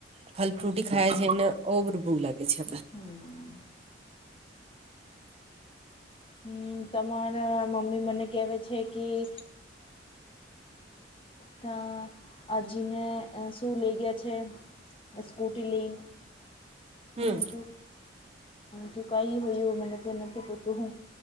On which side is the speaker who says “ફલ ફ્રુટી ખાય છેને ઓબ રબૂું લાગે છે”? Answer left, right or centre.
Right